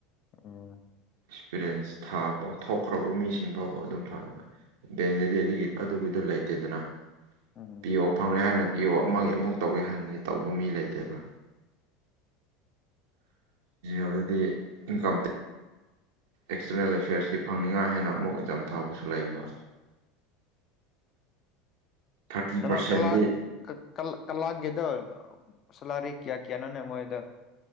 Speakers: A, on the left; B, on the right.
A: ꯎꯝ
B: ꯑꯦꯛꯁꯄꯤꯔꯤꯌꯦꯟꯁ ꯊꯥꯄ ꯊꯣꯛꯈ꯭ꯔꯕ ꯃꯤꯁꯤꯡ ꯐꯥꯎꯕ ꯑꯗꯨꯝ ꯊꯥꯏꯕ ꯕꯦꯡꯗꯗꯤ ꯑꯗꯨꯒꯤ ꯑꯗꯨꯒꯤꯗꯣ ꯂꯩꯇꯦꯗꯅ
A: ꯎꯝ
B: ꯄꯤꯌ ꯑꯣ ꯐꯪꯔꯦ ꯍꯥꯏꯅ ꯄꯤ ꯑꯣ ꯑꯃꯒꯤ ꯑꯃꯨꯛ ꯇꯧꯒꯦ ꯍꯟꯗꯤ ꯇꯧꯕ ꯃꯤ ꯂꯩꯇꯦꯕ ꯑꯗꯨꯗꯤ ꯏꯟꯀꯝ ꯑꯦꯛꯁꯇꯔꯅꯦꯜ ꯑꯦꯐꯤꯌꯔꯁꯀꯤ ꯐꯪꯅꯤꯡꯉꯥꯏ ꯍꯥꯏꯅ ꯑꯃꯨꯛ ꯑꯦꯛꯖꯥꯝ ꯊꯥꯕꯁꯨ ꯂꯩꯕ ꯊꯥꯔꯇꯤ
A: ꯀꯅꯣ
B: ꯄꯥꯔꯁꯦꯟꯗꯤ
A: ꯀꯂ ꯀ ꯀꯂꯛꯒꯤꯗ ꯁꯂꯔꯤ ꯀꯌꯥ ꯀꯌꯥ ꯅꯅꯦ ꯃꯣꯏꯗꯣ